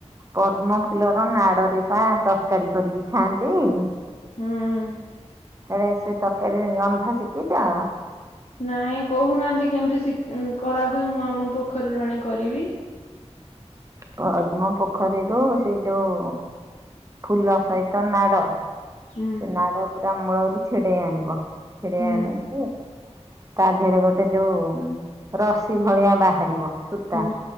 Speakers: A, on the right; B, on the left.
A: ପଦ୍ମ ଫୁଲର ନାଡରେ ବା ତରକାରୀ କରିକି ଖାଆନ୍ତି। ହଁ।
B: ହୁଁ।
A: ସେଡ ସେ ତରକାରୀ ରନ୍ଧା ଶିଖିଛ
B: ନାଇଁ କହୁନାହାନ୍ତି, କେମିତି ସିଖ୍ କରାହୁୁଏ, ମୁଁ ଆମ ପୋଖରୀରୁ ଆଣି କରିବି
A: ପଦ୍ମ ପୋଖରୀରୁୁ ସେ ଯୋଉ ଫୁଲ ସହିତ ନାଡ
B: ହୁଁ
A: ସେ ନାଡ ପୁରା ମୂଳରୁ ଛିଡେଇ ଆଣିବ, ଛେଡେଇ
B: ହୁଁ
A: ଆଣିକି ତା ଦେହରେ ଗୋଟେ ଯୋଉ ରଶି ଭଳିଆ ବାହାରିବ ସୂତା
B: ହଁ